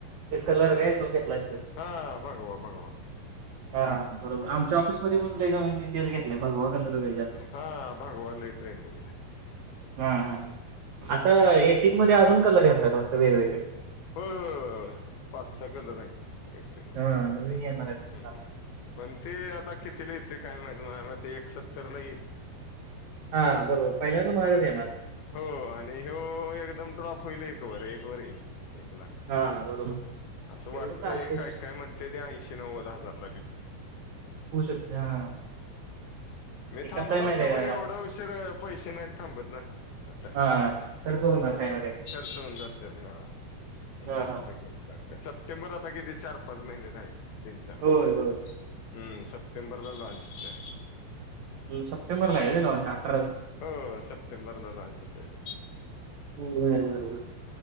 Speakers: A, on the right; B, on the left.
A: ते कलर काय तू घेतलायस तो
B: हा भगवा, भगवा.
A: हा बरोबर आमच्या ऑफिसमध्ये पण लय जणांनी तोच घेतलाय भगवा. कलर आहे जास्त
B: हा भगवा लय ट्रेंडिंग ला.
A: हा, हा आता एटीन मध्ये अजून कलर येणार आहेत वाटत वेगवेगळे
B: होय होय होयय पाच सहा कलर आहेत. येते
A: हा नवीन येणार आता.
B: हम्म पण ते आता कितीला येते काय माहित ते एक सत्तरला येईल.
A: हा बरोबर पहिल्यांद महागच येणार.
B: हो आणि हो एकदम ड्रॉप होईल एक वर एक वर येईल. एक लाख
A: हा बरोबर
B: अस
A: एवढं
B: वाटतंय
A: चालतंयच
B: काय काय म्हणते ते आ एकशे नव्वद हजारलाबी
A: होऊ शकते हा..
B: मी
A: ते
B: थांबल
A: कसं आहे
B: असतो
A: माहिती आहे
B: पण
A: का
B: एवढ उशिरा पैसे नाहीत थांबत ना. अस आहे.
A: हा खर्च होणार काही ना काही
B: खर्च होऊन जात ह. मी
A: हा
B: म्हटल
A: हा
B: की, आता काय सप्टेंबर आता किती चार पाच महिने राहिले. तीन, चार महिनेहम्म
A: होय होय
B: सप्टेंबरला लॉंच होतय.
A: तूझ सप्टेंबरला आहे. <unintelligible>
B: हो सप्टेंबर ला लाँंच होतंय.
A: बर बर बर.